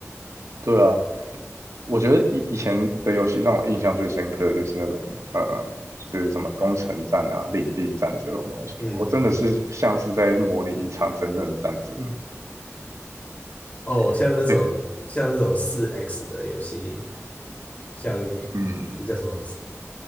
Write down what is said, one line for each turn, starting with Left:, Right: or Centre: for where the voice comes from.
Right: 对啊，我觉得以以前的游戏让我印象最深刻的就是那种呃，就是什么攻城战啊、领地战这种东西，
Left: 嗯，
Right: 我真的是像是在模拟一场真正的战争。
Left: 嗯嗯哦，像那种像那种四
Right: <laughs> 对，
Left: X 的游戏，像
Right: 嗯，
Left: 那叫什么